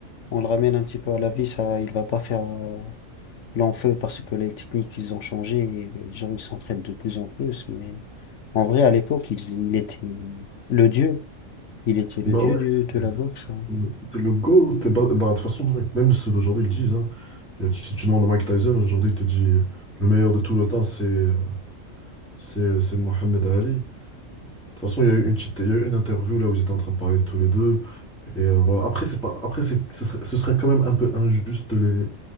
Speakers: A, on the left; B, in the centre.
A: on le ramène un petit peu à la vie, ça, il va pas faire euh, long feu parce que les techniques, ils ont changé et les gens, ils s'entraînent de plus en plus. Mais en vrai, à l'époque, il, il était le dieu. Il était le
B: Bah
A: dieu
B: ouais.
A: du- de la boxe. hein.
B: Le le GOAT, eh ben- bah, de toute façon, mec, même ceux d'aujourd'hui ils le disent. hein. Euh, Si tu demandes à Mike Tyson, aujourd'hui, il te dit euh, le meilleur de tout le temps, c'est euh, c'est c'est Mohamed Ali. De toute façon, il y a eu une petite, il y a eu une interview là où ils étaient en train de parler tous les deux. Et euh, voilà. Après, c'est pas, après c'est, ce serait, ce serait quand même un peu injuste de les,